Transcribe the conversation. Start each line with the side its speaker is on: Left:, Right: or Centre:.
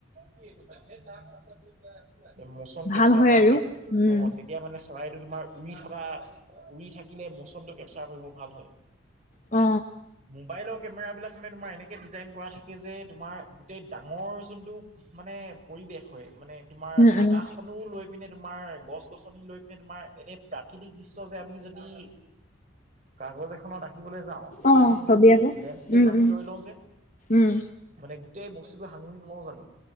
Right: কি সেইটো খাইছ তাক আচল বুলি কোৱা মচম কেপচাৰ
Left: ভাল হয়
Right: কৰা
Left: আৰু
Right: কেম
Left: উম
Right: অ তেতিয়া মানে চৰাইটো তোমাৰ উৰি থকা উৰি থাকিলে ম'চনটো কেপচাৰ কৰিব ভাল হয়।
Left: অ।
Right: মোবাইলৰ কেমেৰা বিলাক মানে তোমাৰ এনেকে ডিজাইন কৰা থাকে যে তোমাৰ গোটেই ডাঙৰ যোনটো মানে পৰিৱেশ হয় মানে তোমাৰ
Left: উম
Right: আকাশখনো লৈ পিনে তোমাৰ গছ গছনি লৈ পিনে তোমাৰ এনে প্ৰাকৃতিক দৃশ্য যে আমি যদি কাগজ এখনত আকিবলে যা- তেতিয়া
Left: অ
Right: যোনটো
Left: ছবি আকৌ
Right: লেণ্ডস্কেপ
Left: উম
Right: আমি
Left: উম
Right: লৈ লওঁ যে
Left: উম
Right: মানে গোটেই বস্তুটো সাঙুৰি নলও জানো